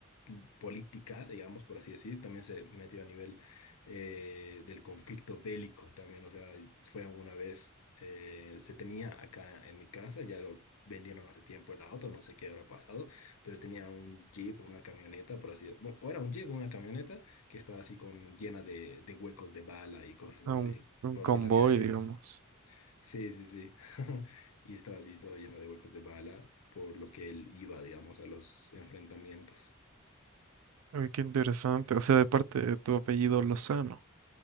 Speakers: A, on the left; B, on the right.
A: l- política, digamos, por así decir, también se metió a nivel eh, del conflicto bélico también, o sea, fue una vez, eh, se tenía acá en mi casa, ya lo vendieron hace tiempo el auto, no sé qué habrá pasado, pero tenía un jeep, o una camioneta, por así, decirlo, o era un jeep o una camioneta que estaba así con llena de, de huecos de bala y cosas
B: Ah,
A: así
B: un, un
A: porque
B: convoy,
A: la había ido.
B: digamos.
A: Sí, sí, sí. <laughs> Y estaba así todo lleno de huecos de bala, por lo que él iba, digamos, a los enfrentamientos.
B: Ay, qué interesante. O sea, de parte de tu apellido Lozano.